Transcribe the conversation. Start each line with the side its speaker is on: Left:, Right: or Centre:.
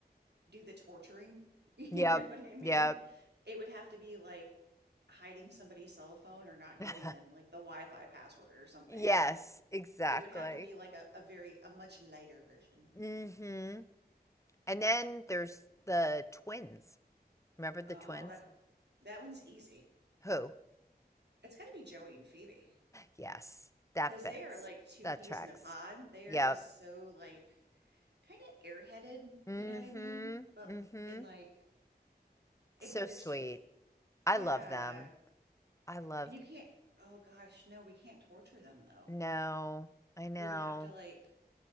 Right: do the torturing. <laughs> You
Left: Yep.
Right: know what I mean?
Left: Yep.
Right: It would have to be like hiding somebody's cell phone or not
Left: <laughs>
Right: giving them like the Wi-Fi password or something.
Left: Yes, exactly.
Right: It would have to be like a, a very a much lighter version.
Left: Mhm. And then there's the twins. Remember the
Right: Oh,
Left: twins?
Right: that that one's easy.
Left: Who?
Right: It's got to be Joey and Phoebe
Left: Yes, that
Right: Cause
Left: fits.
Right: they are like two
Left: That
Right: peas
Left: tracks.
Right: in a pod. They
Left: Yep.
Right: are just so like kind of airheaded,
Left: Mhm.
Right: you know what I mean? But
Left: Mhm.
Right: in like and
Left: So
Right: but they're
Left: sweet.
Right: sweet.
Left: I
Right: Yeah.
Left: love them. I loved
Right: And you can't oh gosh, no, we can't torture them though.
Left: No, I know.
Right: We would have to like